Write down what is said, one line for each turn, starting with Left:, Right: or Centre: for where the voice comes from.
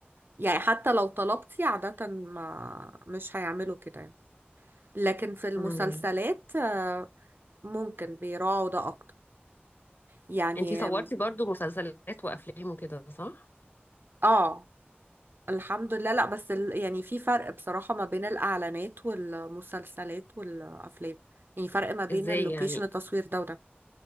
Right: يعني حتى لو طلبتي عادة ما مش هيعملوا كده يعني. لكن في المسلسلات
Left: امم
Right: آه، ممكن بيراعوا ده أكتر يعني
Left: انتي صورتي برضو مسلسلات وافلام وكده صح
Right: اه الحمد لله لا بس ال... يعني في فرق بصراحة ما بين الإعلانات والمسلسلات والأفلام يعني فرق ما بين
Left: ازاي
Right: اللوكيشن
Left: يعني
Right: التصوير ده وده